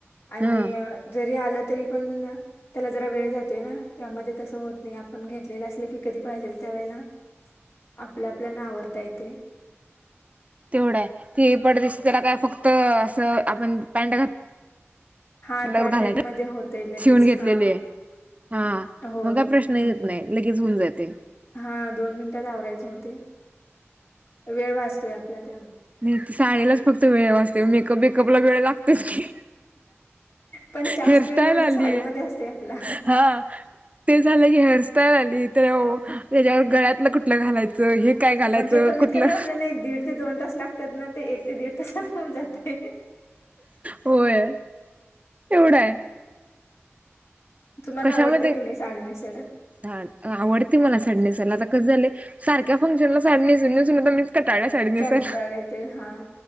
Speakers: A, on the left; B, on the right.
A: आणि
B: हा
A: जरी आलं तरी पण- त्याला जरा वेळ जातोय ना यामध्ये तसं होत, नाही आपण घेतलेलं असल की, कधी पाहिजेल त्यावेळेला. आपल्या आपल्याना आवरता येतेयं.
B: तेवढाय ती पटदिशी त्याला काय फक्त असं आपण पॅन्ट घात
A: हा
B: लग.
A: त्या
B: घालाय
A: टाईपमध्ये होतंय लगेच
B: शिवून घेतलेली.
A: हा
B: हा
A: हो
B: मग काय प्रश्नचं येत नाही. लगेच होऊन जातंय.
A: हा दोन मिनटात आवरायचे होतंय. वेळ वाचतोय आपल्यात.
B: नाही ते साडीलाच फक्त वेळ वाजतयं मेकअप वेकअप ला वेळ लागतेच की.
A: पण जास्त
B: हेअरस्टाईल
A: वेळ म्हणजे
B: आलीय
A: साडीमध्ये असतोय आपला
B: हा ते झालं की, हेअ त आलीय ते ओ. त्याच्यावर गळ्यातलं कुठलं घालायचं हे काय घालायचं
A: म्हणजे कमीत
B: कुठलं.
A: कमी आपल्याला एक दीड ते दोन तास लागतात ना ते एक ते दीड तासात होऊन जातयं.
B: होय एवढा आहे.
A: तुम्हाला
B: कशामध्ये
A: आवडते की नाही साडी नेसायला
B: <unintelligible> आवडते मला साडी नेसायला आता कस झालं. सारख्या फंक्शन ला साडी नेसून, नेसून मीचं कटाळ्या साडी
A: कंटाळा
B: नेसायला
A: येते. हां,